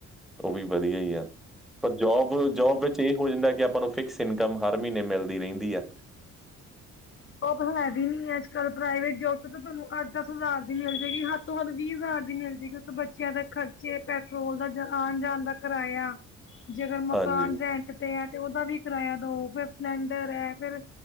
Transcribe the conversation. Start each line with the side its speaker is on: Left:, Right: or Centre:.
Centre: ਉਹ ਵੀ ਵਧੀਆ ਹੀ ਆ। ਪਰ ਜੋਬ- ਜੋਬ ਵਿੱਚ, ਇਹ ਹੋ ਜਾਂਦਾ ਕਿ, ਆਪਾਂ ਨੂੰ ਫਿਕਸ ਇਨਕਮ ਹਰ ਮਹੀਨੇ ਮਿਲਦੀ ਰਹਿੰਦੀ ਆ।
Left: ਉਹ ਤਾਂ ਹੁਣ ਹੈ ਵੀ ਨੀ ਏ, ਅੱਜ- ਕੱਲ ਪ੍ਰਾਈਵੇਟ ਜੋਬ ਤੇ ਤਾਂ ਤੁਹਾਨੂੰ ਅੱਠ- ਦਸ ਹਜ਼ਾਰ ਦੀ ਮਿਲ ਜਾਏਗੀ। ਹੱਦ ਤੋਂ ਵੱਦ ਵੀਹ ਹਜ਼ਾਰ ਦੀ ਮਿਲ ਜੇਗੀ। ਉੱਤੇ ਬੱਚਿਆਂ ਦਾ ਖਰਚੇ, ਪੈਟਰੋਲ ਦਾ ਜਣ ਆਣ- ਜਾਣ ਦਾ ਕਿਰਾਇਆ। ਜੇਕਰ ਮਕਾਨ
Centre: ਹਾਂਜੀ
Left: ਰੈਂਟ ਤੇ ਹੈ। ਉਹਦਾ ਵੀ ਕਿਰਾਇਆ ਦੋ ਫੇਰ ਸਿਲੰਡਰ ਐ। ਫੇਰ